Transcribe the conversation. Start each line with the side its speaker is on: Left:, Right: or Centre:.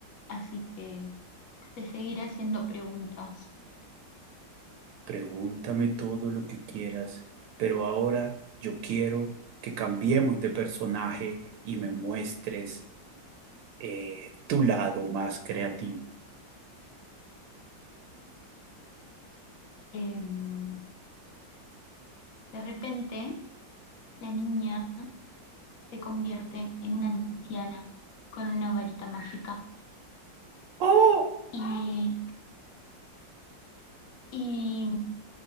Left: Así que te seguiré haciendo preguntas.
Right: Pregúntame todo lo que quieras, pero ahora yo quiero que cambiemos de personaje y me muestres eh, tu lado más creativo.
Left: Em, de repente, la niña se convierte en una anciana con una varita mágica
Right: ¡Oh!
Left: y, y,